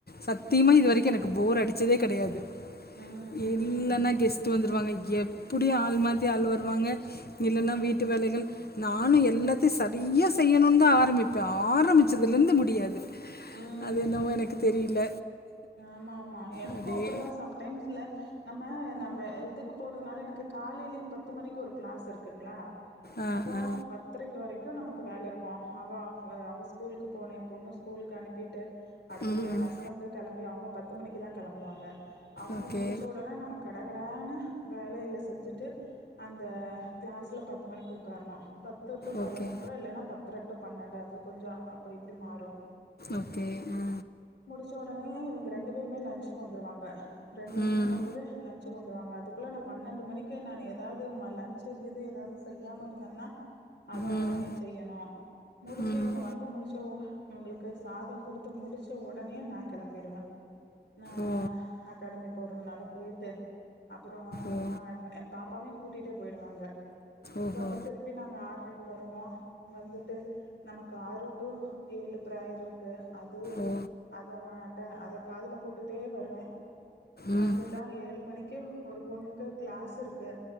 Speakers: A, on the left (about 60°); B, on the left (about 85°).
A: சத்தியமா
B: ம்
A: இது வரைக்கு எனக்கு போர் அடுச்சதே கெடயாது
B: ம் ம்
A: இல்லனா கெஸ்ட்டு வந்து வருவாங்க எப்டி ஆள் மாத்தி ஆள் வருவாங்க இல்லன்னா
B: ம்
A: வீட்டு வேலைகள் நானு எல்லாத்தையு சரிய்யா செய்யணுனு தா ஆரம்பிப்பே இப்போ ஆரம்பிச்சதுல
B: ம்
A: இருந்து முடியாது
B: ம்
A: அது என்னவோ
B: ம்
A: எனக்கு தெரியல
B: ஆமா ஆமா எனக்கு
A: அப்படியே
B: அப்டிதா சம்டைம்ஸ்ல நம்ம நம்ம இதுக்கு போறதுனால எனக்கு காலேலயு பத்து மணிக்கு ஒரு க்ளாஸ் இருக்குங்களா
A: ஆ
B: அப்போ
A: ஆ
B: பத்ரைக்கு வரைக்கு நமக்கு க்கு வேல இருக்கு அவ அவ அவ ஸ்கூலுக்கு போனே எ பொண்ணு ஸ்கூலுக்கு அனுப்பிட்டு அடுத்தது
A: ம்
B: எ
A: ம்
B: ஹஸ்பண்ட்டுக்கு அவுங்க பத்து மணிக்கு தா கெளம்புவாங்க அவுங்க
A: ஓகே
B: முடிச்ச ஒடனே நம்ம கடை கடகடானு வேலைகள செஞ்சுட்டு அந்த கிளாஸ்ல பத்து மணிக்கு ஒக்காரணு பத் ட்டு பதினொன்ற
A: ஓகே
B: இல்லன்னா பத்தர டு பன்னெண்டு அது கொஞ்சோ அப்ப இப்டி மாறு
A: ஓகே ஆ
B: சச் ஒடனே இவுங்க ரெண்டு பேருமே லஞ்சுக்கு வந்துருவாங்க ரெண்டு மணிங்கும்
A: ம்
B: போது லன்ச் வந்ருவாங்க அதுக்குள்ள நா பன்னென்டு மணிக்கு நானு எதாவ்து ம லன்ச்சு இது செய்யாம இருந்தன்னா அத
A: ம்
B: ஒடனே செய்யனு முடுச்சு
A: ம்
B: இவுங்க வந்து முடுச்ச ஓ இவுங்களுக்கு சாதோ குடுத்து முடுச்ச ஒடனே நா கெளம்பிடுவே நானு
A: ஓ
B: அகாடமிக போறதுனால போயிட்டு அப்பறோ
A: ஓ
B: ஆ எ பாப்பாவையு கூட்டிட்டே போயிடுவாங்க
A: ஓஹோ
B: சோ அப்ப திருப்பி நாங்க ஆரைக் வருவோ வந்துட்டு நமக்கு ஆறு டு ஏழு பிரேயர் இருக்கு அது
A: ஓ
B: அத் அட்ட அத காதுல போட்டுட்டே வருவே
A: ம்
B: வந்துட்டா ஏழு மணிக்கு ஒரு பொண்ணுக்கு க்ளாஸ் இருக்கு